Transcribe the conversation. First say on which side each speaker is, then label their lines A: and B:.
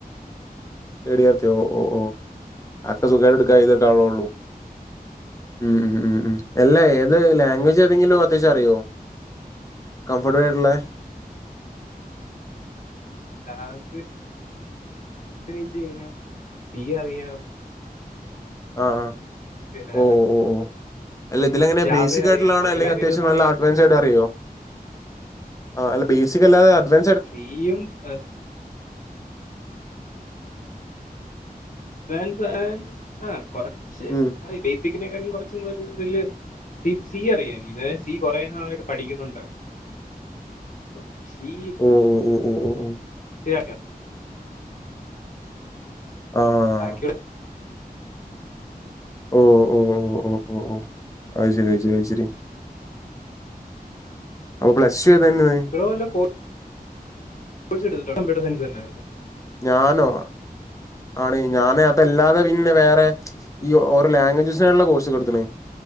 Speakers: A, on the left; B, on the left.
A: തേടിയെർ എത്തിയോ ഓഹ് ഓഹ് ഓഹ് അതൊക്കെ സുഖായിട്ട് ഇട്ക്കാ എഴ്തി എട്ക്കാവുള്ളെ ഒളളു ഉം ഉം ഉം ഉം എല്ല ഏത് ലാംഗ്വേജ് ഏതെങ്കിലും അത്യാവശ്യം അറിയോ കംഫർട്ടായിട്ടുള്ളേ
B: ലാംഗ്വേ അങ്ങനെ ചോയിച്ച് കഴിഞ്ഞ തീ അറിയാം
A: ആ ആ
B: പിന്നെ
A: ഓ ഓ ഓ ഓ അല്ല ഇതിലെങ്ങന
B: ജാവ
A: ബേസിക്
B: അറിയാം
A: ആയിട്ടുള്ളതാണോ
B: കുറച്ച്
A: അല്ലെങ്കിൽ
B: ലാംഗ്വേജസ്
A: അത്യാവശം നല്ല
B: അറിയാം
A: അഡ്വാൻസ് ആയിട്ട് അറിയോ ആ അല്ല ബേസിക് അല്ലാതെ അഡ്വാ
B: ഫീയും അ ഫാൻസ് ഫാൻസ്‌ ആ കൊറച്ച്
A: ഉം
B: അറ ബേസിക്കിനെക്കാട്ടി കുറച്ചും കൂടെ ഒരു ഇതില് ടിപ്പ് സി അറിയാനിക്ക് ദേ സി കുറേ നാളായിട്ട് പഠിക്കുന്നുണ്ട് ഒ ബി
A: ഓ ഓ ഓ ഓ ഓ ഓ.
B: ശരിയാക്കിയോ
A: ആഹ്
B: ബാക്കിയുള്ള
A: ഓ ഓ ഓ ഓ ഓ ഓ ഓ ആയിശരി ആയിശരി ആയിശരി അപ്പൊ പ്ലസ് ടു ഏതാരുന്ന് നീ
B: ബ്രോ വല്ല കോ കോഴ്സ് എടുത്തിട്ടുണ്ട് കമ്പ്യൂട്ടർ സയൻസ് തന്നെ
A: ഞാനോ ആണ് ഞാന് അതല്ലാതെ പിന്നെ വേറെ ഈ ഓരോ ലാംഗ്വേജസിനായിട്ടുള്ള കോഴ്സ്കൾ എടുത്ത്ക്കണ്